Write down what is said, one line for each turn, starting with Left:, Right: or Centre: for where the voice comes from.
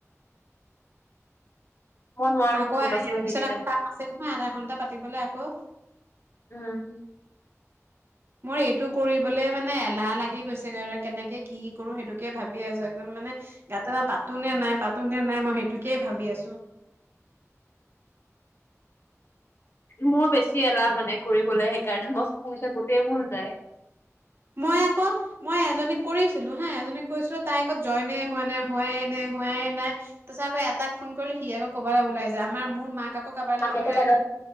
Left: মই নোৱাৰো
Right: আকৌ
Left: সৰু
Right: ইয়াৰ
Left: ল'ৰা ছোৱালী থাকিলে
Right: পিছত আকৌ কাম আছে নহয় আধা ঘণ্টা পাতিবলে আকৌ।
Left: উম।
Right: মোৰ এইটো কৰিবলৈ মানে এলাহ লাগি গৈছে গৈ কেনেকে কি কৰো সেইটোকে ভাবি আছো একদম মানে গাতেৰা পাতো নে নাই পাতো নে নাই মই সেইটোকেই ভাবি আছো।
Left: মোৰ বেছি এলাহ মানে কৰিবলৈ সেইকাৰণে মই শুই থাকোতেই ভুল যায়।
Right: মই আকৌ মই এজনীক কৰিছিলো হা এজনীক কৈছিলো তাই আক জইনে হোৱা নাই হোৱাই নাই হোৱাই নাই। তাৰপাছত আকৌ এটাক ফোন কৰিলো সি আকৌ ক'বাল ওলাই যায় আমাৰ মোৰ মাক আকৌ কাবাৰ লগত
Left: আগতে
Right: ওলাই
Left: তাতে